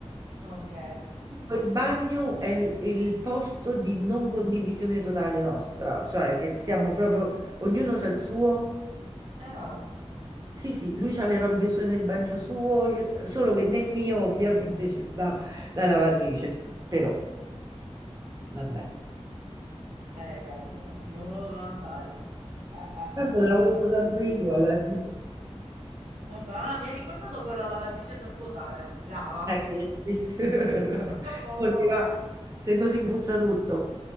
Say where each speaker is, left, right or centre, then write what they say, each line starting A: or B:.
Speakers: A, on the right; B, on the right.
A: ok.
B: Quel bagno è il, il posto di non condivisione totale nostra, cioè che siamo proprio, ognuno c'ha il suo.
A: Ah,
B: Sì, sì, lui c'ha le robe sue nel bagno suo, io c'ho- solo che nel mio ovviamente ci sta la lavatrice, però vabbè.
A: eh, caro mio, in uno doveva andare. Eh, eh,
B: Tanto
A: eh.
B: la uso sempre io alla fine.
A: Vabbè, ah, mi hai ricordato che ho la lavatrice da svuotare. Brava.
B: Eh, che sì. <laughs>
A: A tra poco.
B: Come dirà, se no si impuzza tutto.